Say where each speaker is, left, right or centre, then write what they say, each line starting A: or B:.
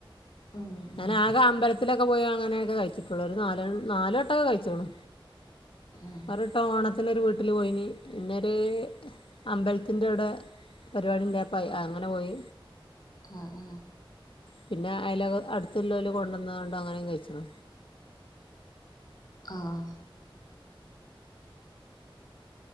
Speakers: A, on the left; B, on the left.
A: ഉം
B: ഞാൻ
A: ഉം
B: ആകെ അമ്പലത്തിലൊക്കെ ക്കെ പോയി അങ്ങനൊക്കെ കഴിച്ചിട്ടൊള്ളൂ ഒര് നാലണ് നാല് വട്ടൊക്കെ കഴിച്ച്ക്ക്‌ണ്
A: ആ
B: നാല് വട്ടം ഓണ ത്തിന് ഒരു വീട്ടിൽ പോയിന് പിന്നൊര് അമ്പലത്തിന്റവിടെ പരിപാടി ഉണ്ടായപ്പോ അയ് അങ്ങനെ പോയി
A: ആഹ് ആഹ്
B: പിന്നെ അയാലോക അടുത്തുള്ളോൽ കൊണ്ടുവന്ന്ങ്കാണ്ട് അങ്ങനെയും കഴിച്ച്ണ്
A: ആഹ്